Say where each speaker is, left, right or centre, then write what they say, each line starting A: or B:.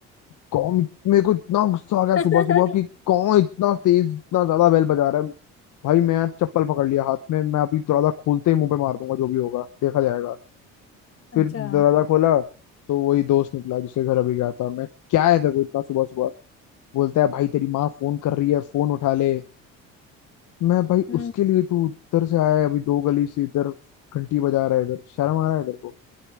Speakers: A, on the left (about 60°); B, on the left (about 40°).
A: कौन मेरे को इतना गुस्सा आ गया
B: <laughs> अच्छा
A: सुबह सुबह कि कौन इतना तेज इतना ज्यादा बेल बजा रहा है भाई मैं आज चप्पल पकड़ लिया हाथ में मैं अभी दरवाजा खोलते ही मुंह पे मार दूंगा जो भी होगा देखा जाएगा
B: अच्छा,
A: फिर दरवाजा खोला तो वही दोस्त निकला जिसके घर अभी गया था मैं क्या है देखो इतना सुबह सुबह बोलता है भाई तेरी माँ फोन कर रही है फोन उठा ले मैं भाई
B: हम्म
A: उसके लिए तू उधर से आया है अभी दो गली से इधर घंटी बजा रहा है इधर शर्म आ रहा है इधर को